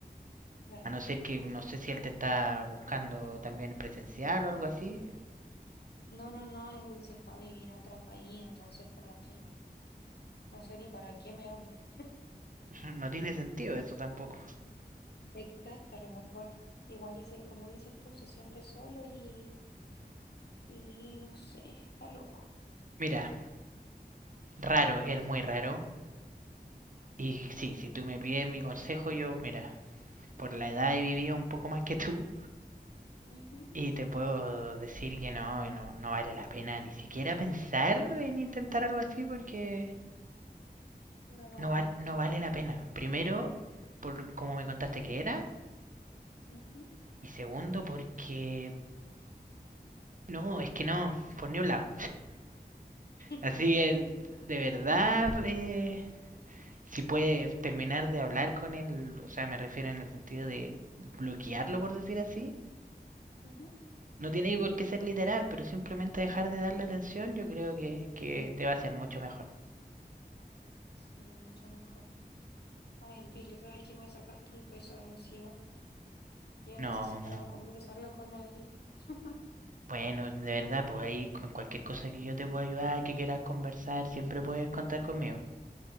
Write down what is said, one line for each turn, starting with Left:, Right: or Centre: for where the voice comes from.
Left: Claro.
Right: A no ser que no sé si él te está buscando también presencial o algo así.
Left: No, no, no, él se fue a vivir a otro país, entonces como que no sé ni para qué me habla.
Right: <laughs> No tiene sentido eso tampoco.
Left: Exacto, a lo mejor igual y se- como dices tú, se siente solo y, y no sé, está loco.
Right: Mira, raro, es muy raro. Y sí, si tú me pides mi consejo, yo, mira, por la edad he vivido un poco más que tú.
Left: Ujú,
Right: Y te puedo decir que no, no, no vale la pena ni siquiera pensar en intentar algo así porque
Left: No lo
Right: No,
Left: vale.
Right: val- no vale la pena. Primero, por como me contaste que era.
Left: Ujú.
Right: Y segundo, porque... No, es que no, por ni un lado.
Left: <laughs>
Right: Así que, de verdad, eh, si puede terminar de hablar con él, o sea, me refiero en el sentido de bloquearlo, por decir así.
Left: Ujú.
Right: No tiene por qué ser literal, pero simplemente dejar de darle atención, yo creo que, que te va a hacer mucho mejor.
Left: Sí, mucho mejor. Ay, Pili, sabes que me sacaste un peso de encima. Yo
Right: No,
Left: necesitaba conversarlo con alguien. <laughs>
Right: bueno, de verdad, pues ahí con cualquier cosa que yo te pueda ayudar, que quieras conversar, siempre puedes contar conmigo.